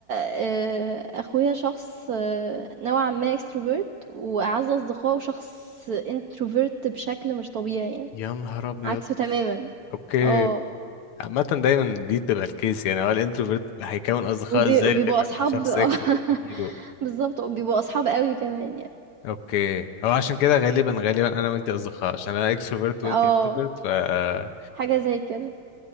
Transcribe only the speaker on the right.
آه، اخويا شخص آه، نوعا ما اكستروفرت واعز اصدقائه شخص انتروفرت بشكل مش طبيعي يعني
عكسه تماما
اه
وبي-
وبيبقوا
اصحاب
<laughs> اه
بالظبط وبيبقوا اصحاب قوي كمان يعني
اه
حاجه زي كده